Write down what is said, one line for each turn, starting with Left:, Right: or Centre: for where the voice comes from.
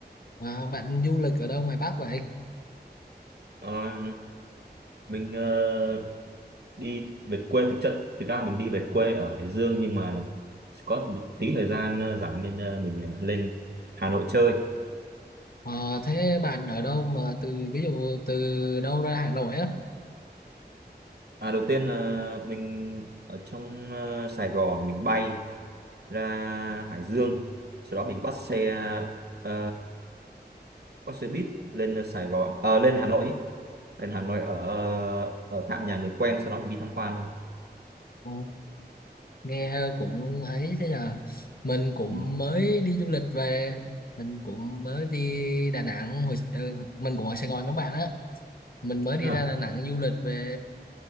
Left: Ờ, bạn du lịch ở đâu ngoài Bắc vậy?
Right: Ờ, mình ờ, đi về quê thực chất thực ra mình đi về quê ở Hải Dương nhưng mà có một tí thời gian ờ, rảnh nên ờ, mình ờ, lên Hà Nội chơi
Left: Ờ, thế bạn ở đâu mà từ ví dụ từ đâu ra Hà Nội á?
Right: à, đầu tiên là mình ở trong ờ, Sài Gòn mình bay ra Hải Dương sau đó mình bắt xe ờ, bắt xe buýt lên Sài Gòn ờ, lên Hà Nội lên Hà Nội ở ở tạm nhà người quen sau đó mình đi tham quan thôi
Left: Ờ, nghe cũng ấy thế nhờ. Mình cũng
Right: ừ.
Left: mới đi du lịch về. Mình cũng mới đi Đà Nẵng. Hồi, ờ, mình cũng ở Sài Gòn giống bạn á. Mình mới đi
Right: Đúng
Left: ra
Right: rồi.
Left: Đà Nẵng du lịch về.